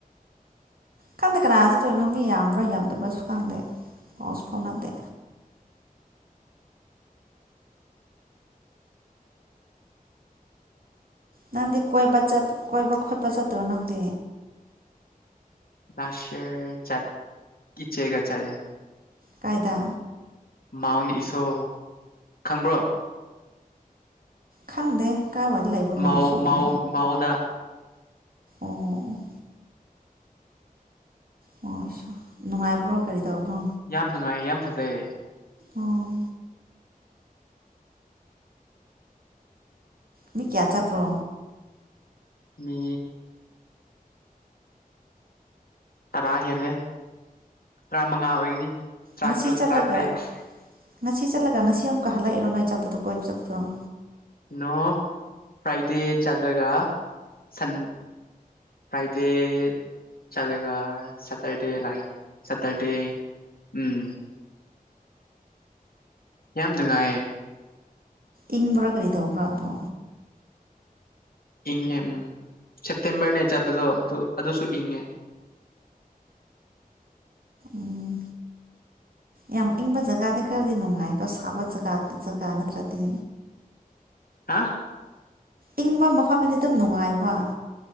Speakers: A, on the right; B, on the left.
A: ꯈꯪꯗꯦ ꯀꯅꯥꯅꯁꯨ ꯇꯣꯏꯅꯣ ꯃꯤ ꯌꯥꯝꯕ꯭ꯔꯥ ꯌꯥꯝꯗꯕ꯭ꯔꯥꯁꯨ ꯈꯪꯗꯦ ꯄꯥꯎꯁꯨ ꯐꯥꯎꯅꯗꯦ꯫ ꯅꯪꯗꯤ ꯀꯣꯏꯕ ꯀꯣꯏꯕ ꯈꯣꯠꯄ ꯆꯠꯇ꯭ꯔꯣ ꯅꯪꯗꯤ꯫
B: ꯂꯁꯦ ꯆꯠ ꯏꯆꯦꯒ ꯆꯠꯌꯦ꯫
A: ꯀꯥꯏꯗ꯫
B: ꯃꯥꯎꯟ ꯏꯁꯣ ꯈꯪꯕ꯭ꯔꯣ꯫
A: ꯈꯪꯗꯦ꯫ ꯀꯥꯏꯋꯥꯏꯗ ꯂꯩꯕ꯭ꯔꯣ
B: ꯃꯥꯎ
A: ꯏꯁꯣꯗꯣ
B: ꯃꯥꯎ ꯃꯥꯎꯗ꯫
A: ꯑꯣ꯫ ꯍ ꯅꯨꯡꯉꯥꯏꯕ꯭ꯔꯣ ꯀꯔꯤ ꯇꯧꯕ꯭ꯔꯣ꯫
B: ꯌꯥꯝ ꯅꯨꯡꯉꯥꯏꯌꯦ ꯌꯥꯝ ꯐꯖꯩ꯫
A: ꯑꯣ꯫ ꯃꯤ ꯀꯌꯥ ꯆꯠꯄ꯭ꯔꯣ꯫
B: ꯃꯤ꯫ ꯇꯔꯥ ꯍꯦꯜꯂꯦ꯫ ꯇꯔꯥꯃꯉꯥ ꯑꯣꯏꯒꯅꯤ ꯇꯔꯥꯇꯔꯨꯛ
A: ꯉꯁꯤ ꯆꯠꯂꯒ
B: ꯇꯔꯥꯇꯔꯦꯠ꯫
A: ꯉꯁꯤ ꯆꯠꯂꯒ ꯉꯁꯤ ꯑꯃꯨꯛꯀ ꯍꯜꯂꯛꯏꯔꯣ ꯅꯪ ꯆꯠꯄꯗꯣ ꯀꯣꯏ ꯏꯕ ꯆꯠꯄꯗꯣ꯫
B: ꯅꯣ ꯐ꯭ꯔꯥꯏꯗꯦ ꯆꯠꯂꯒ ꯁꯟ ꯐ꯭ꯔꯥꯏꯗꯦ ꯆꯠꯂꯒ ꯁꯇꯔꯗꯦ ꯂꯥꯛꯦ ꯁꯇꯔꯗꯦ ꯎꯝ꯫ ꯌꯥꯝ ꯅꯨꯡꯉꯥꯏꯌꯦ꯫
A: ꯏꯪꯕꯔꯥ ꯀꯔꯤꯗ ꯋꯥꯥꯗ꯫
B: ꯏꯪꯉꯦ ꯎꯝ ꯁꯦꯞꯇꯦꯝꯕꯔꯅꯦ ꯆꯠꯄꯗꯣ ꯑꯗꯨ ꯑꯗꯨꯁꯨ ꯏꯪꯉꯦ꯫
A: ꯎꯝ ꯌꯥꯝ ꯏꯪꯕ ꯖꯒꯥꯗꯤ ꯈꯔꯗꯤ ꯅꯨꯡꯉꯥꯏꯀꯣ ꯁꯥꯕ ꯖꯒꯥ ꯖꯒꯥ ꯅꯠꯇ꯭ꯔꯗꯤ꯫
B: ꯍꯥ꯫
A: ꯏꯪꯕ ꯃꯐꯝꯗꯗꯤ ꯑꯗꯨꯝ ꯅꯨꯡꯉꯥꯏꯕ꯫